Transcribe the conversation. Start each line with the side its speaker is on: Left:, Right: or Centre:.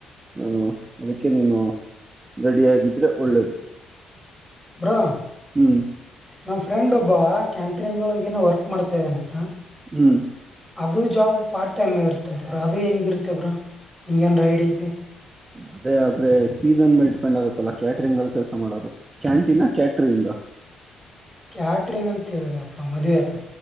Right: ಹ್ಮ ಅದಕ್ಕೆ ನೀನು ರೆಡಿ ಆಗಿದ್ರೆ ಒಳ್ಳೇದು
Centre: ಬ್ರೋ
Right: ಹ್ಮ್
Centre: ನಮ ಫ್ರೆಂಡ್ ಒಬ್ಬವ ಕ್ಯಾಂಟ ್ರಂದಳ ಏನೋ ವರ್ಕ್ ಮಾಡ್ತಾ ಇದೇನಂತ
Right: ಹ್ಮ್
Centre: ಅದು ಜಾಬ್ ಪಾರ್ಟ ಟೈಮ್ ಆಗ ಇರತ ಅತ್ ಬ್ರ ಅದು ಹೆಂಗಿರತೇಬ್ರಾ ನಿಮ್ಗ ನ್ ರೈಡ್ ಐತಿ
Right: ಅದೇ ಆದ್ರೆ ಸೀಸನ್ ಮೇಲೆ ಡಿಪೆಂಡ್ ಆಗುತ್ತಲ್ಲ ಕ್ಯಾಟರಿಂಗ್ ಅಲ್ಲಿ ಕೆಲಸ ಮಾಡೋರು ಕ್ಯಾಂಟೀನ್ ಕ್ಯಾಟರಿಂಗ್
Centre: ಕ್ಯಾಟ್ರಿನ್ ಅಂತ ಹೇಳಿದ್ರ ಮದ್ವೆ ಆತ್ರ